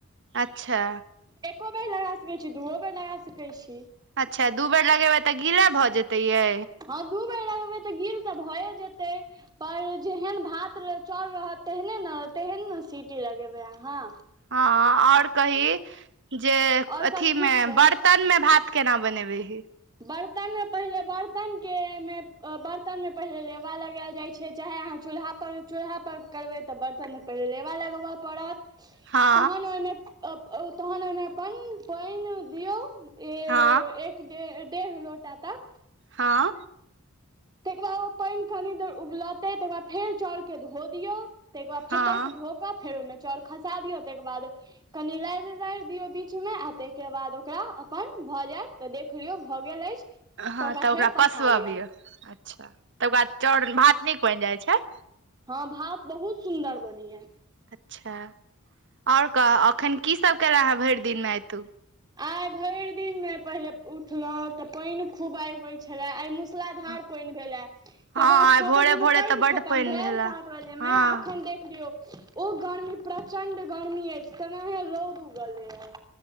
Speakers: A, on the right; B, on the right.
A: अच्छा
B: एको बेर लगा सकैत छी दुओ बेर लगा सकैत छी
A: अच्छा दू बेर लगेबै तऽ गीला भऽ जेतै यै
B: हँ दू बेर लगेबै तऽ गिल तऽ भए जेतय
A: <unintelligible>
B: पर जेहन भात चौर रहत तेहने ने तेहन ने सीटी लगेबै अहाँ
A: हँ आओर कही जे
B: आओर
A: अथी
B: सब ठीक
A: मे
B: छै
A: बर्तन मे भात केना बनेबै ही
B: बर्तनमे पहिल बर्तनके बर्तनमे पहिले लेबा लगायल जाइ छै चाहे अहाँ चूल्हा पर चूल्हापर करबै तऽ बर्तनमे पहिनेे लेबा लगबऽ पड़त
A: हँ
B: तहन ओहिमे तहन ओहिमे अपन पानि दियौ ई
A: हँ
B: एक डेढ़ लोटा तक
A: हँ
B: तकर बाद ओ पानि कनि देर उबलतै तकर बाद फेर चाउरके धो दियौ त फटक
A: हँ
B: धोक फेरो न चाउर खसा दियऔ ताहिके बाद कनि रारि रारि दियो बीच में आ ताहिके बाद ओकरा अपन भए जायत ते देखियो भए गेल अछि
A: हँ तऽ
B: फेर
A: ओकरा
B: पसा
A: पसबबियौ
B: लिअ
A: अच्छा तब ओकरा चाउर भात नीक बनि जाइ छै
B: हँ भात बहुत सुन्दर बनैया
A: अच्छा आओर
B: हूँ
A: कह एखन कीसभ केल हेँ भरि दिनमे आय तु
B: आइ भरि दिन मे पहिले उठलहुं तऽ पानि खूब आइ होय छले आइ मु मूसलाधार
A: हँ
B: पनि भेल हे तकर
A: आइ
B: बाद छओ
A: भोरे
B: बजे में
A: भोरे
B: पानि
A: तऽ बड्ड
B: खतम
A: पानि
B: भेल
A: भेले
B: सात बजे
A: हँ
B: में अखन देख लियो ओ गरमी प्रचण्ड गरमी अछि तनाहिये रौद उगल य